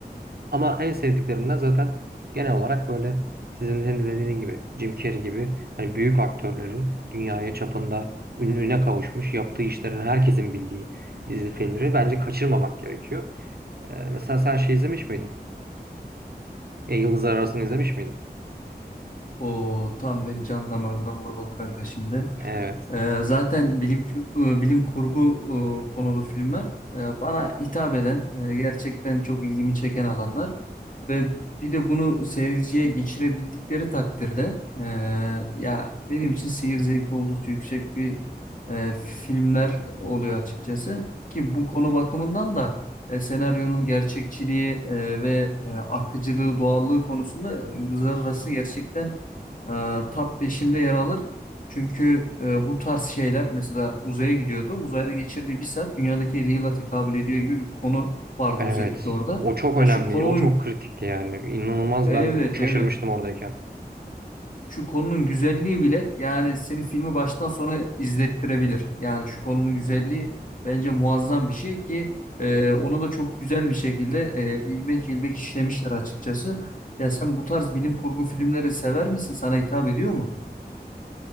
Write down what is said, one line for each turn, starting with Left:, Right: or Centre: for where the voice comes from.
Right: Ama en sevdiklerimden zaten genel olarak böyle sizin senin de dediğin gibi Jim Carrey gibi hani büyük aktörlerin dünyaya çapında ününe kavuşmuş yaptığı işlerin herkesin bildiği dizi filmleri bence kaçırmamak gerekiyor. Ee, mesela sen şey izlemiş miydin? E, Yıldızlar Arası'nı izlemiş miydin?
Left: O tam beni can damarından vurdun kanka şimdi.
Right: Evet.
Left: Ee, zaten bilim kü- e, bilim kurgu e, konulu filmler e, bana hitap eden, e, gerçekten çok ilgimi çeken alanlar ve bir de bunu seyirciye geçirebildikleri takdirde e, ya benim için seyir zevki oldukça yüksek bir e, filmler oluyor açıkçası ki bu konu bakımından da e, senaryonun gerçekçiliği e, ve e, akıcılığı, doğallığı konusunda e, Yıldızlar Arası gerçekten e, top 5'imde yer alır. Çünkü e, bu tarz şeyler mesela uzaya gidiyordu. Uzayda geçirdiği bir saat dünyadaki 50 yıla tekabül ediyor gibi bir konu vardı
Right: Evet.
Left: özellikle orada.
Right: O çok önemli.
Left: Ya şu konunun
Right: O çok kritikti yani. İnanılmaz
Left: evet
Right: ben şaşırmıştım
Left: evet
Right: oradayken.
Left: şu konunun güzelliği bile yani seni filmi baştan sona izlettirebilir. Yani şu konunun güzelliği bence muazzam bir şey ki e, onu da çok güzel bir şekilde e, ilmek ilmek işlemişler açıkçası. Ya sen bu tarz bilim kurgu filmleri sever misin? Sana hitap ediyor mu?